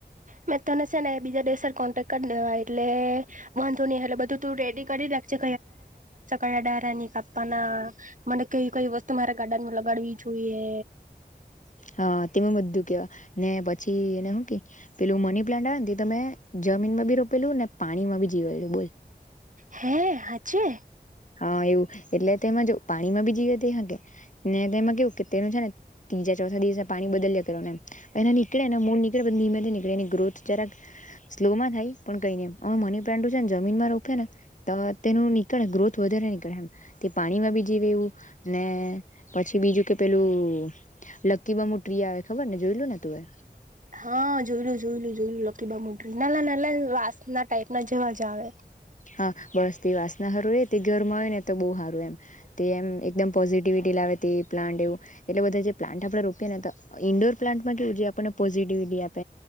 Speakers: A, on the right; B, on the left.
A: મેં તને છે ને એ બીજા દિવસે જ કોન્ટેક્ટ કરી દેવા એટલે વાંધો ની હટલે બધું તું રેડી કરી રાખજે <unintelligible> અડારા ની કાપવાના મને કઈ કઈ વસ્તુ મારા ગાર્ડન માં લગડવી જોઈ કે
B: <inaudible> હા તેમે બધું કેવા ને પછી એને હું કે પેલું મની પ્લાન્ટ આવે તમે જમીનમાં બી રોપેલું ને પાણીમાં બી જીવેલું બોલ
A: હે હાચે
B: હા એવું એટલે તેમાં જો પાણીમાં બી જીવે તે હકે ને તેમાં કેવું કે તેનું છે ને તીજા ચોથા દિવશે પાણી બદલ્યા કરવાનું એમ એને નીકળે ને મુનિ ધીમેથી નીકળે એની ગ્રોથ જકરા સ્લો માં થાય પણ કઈ નહી મની પ્લાન્ટ છે જમીનમાં રોપે છેને તેનું નીકળે ગ્રોથ વધારે નીકળે તે પાણીમાં બી જીવે એવું ને પછી બીજું કે પેલું લકી બમુટ્રી આવે ખબર ને જોયલું ને તું એ
A: હા જોયલું જોયલું જોયલું લકી બમુટ્રી નાનલા નાનલા રા ના ટાઈપ ના જેવા જ આવે
B: હા બસ તે વાસના સારું હારુ તે ઘર માં હોય ને તો બહુ સારું રે એમ તેમ એકદમ પોઝિટીવ <unintelligible> લાવે તેવું પ્લાન્ટ એવુ એટલે બધા જે પ્લાન્ટ આપડે રોપીએ ને ત ઈન્ડોર પ્લાન્ટમાં કેવું જે આપણને પોઝિટીવ આપ